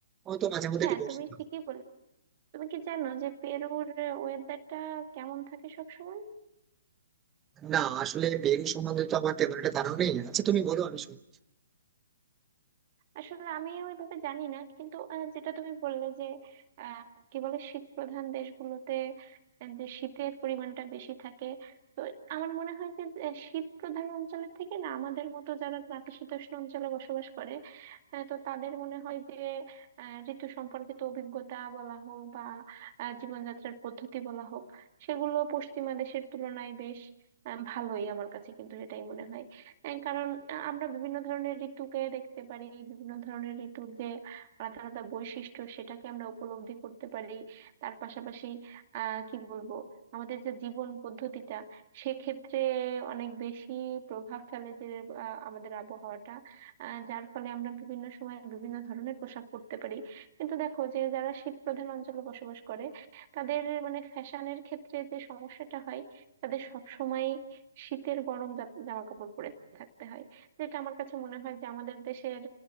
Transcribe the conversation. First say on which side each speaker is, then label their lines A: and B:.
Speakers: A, on the right; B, on the right.
A: হয়তো মাঝে মধ্যে
B: হ্যাঁ
A: একটু বর্ষা
B: তুমি
A: হয়।
B: ঠিকই বলে তুমি কি জানো যে পেরুর ওয়েদারটা কেমন থাকে সব সময়
A: না আসলে বেরি সম্বন্ধে তো আমার তেমন একটা ধারণা নেই আচ্ছা তুমি বলো আমি শুনি
B: আসলে আমি ওইভাবে জানি না কিন্তু আহ, যেটা তুমি বললে যে আহ, কি বলে শীত প্রধান দেশগুলোতে আহ, যে শীতের পরিমাণটা বেশি থাকে তো আমার মনে হয় যে আহ, শীত প্রধান অঞ্চলের থেকে না আমাদের মতো যারা নাতিশীতোষ্ণ অঞ্চলে বসবাস করে আহ, তো তাদের মনে হয় যে আহ, ঋতু সম্পর্কিত অভিজ্ঞতা বলা হোক বা আহ, জীবনযাত্রার পদ্ধতি বলা হোক সেগুলো পশ্চিমা দেশের তুলনায় বেশ আহ, ভালোই আমার কাছে কিন্তু এটাই মনে হয় আহ, কারণ আহ, আমরা বিভিন্ন ধরনের ঋতুকে দেখতে পারি বিভিন্ন ধরনের ঋতুর যে আলাদা আলাদা বৈশিষ্ট্য সেটাকে আমরা উপলব্ধি করতে পারি তার পাশাপাশি আহ কি বলবো আমাদের যে জীবন পদ্ধতিটা সেক্ষেত্রে অনেক বেশি প্রভাব ফেলে যে আহ, আমাদের আবহাওয়াটা আহ, যার ফলে আমরা বিভিন্ন সময় বিভিন্ন ধরনের পোশাক পরতে পারি কিন্তু দেখো যে যারা শীত প্রধান অঞ্চলে বসবাস করে তাদের মানে ফ্যাশনের ক্ষেত্রে যে সমস্যাটা হয় তাদের সব শীতের গরম জা- জামা কাপড় পরে থাকতে হয় যেটা আমার কাছে মনে হয় যে আমাদের দেশের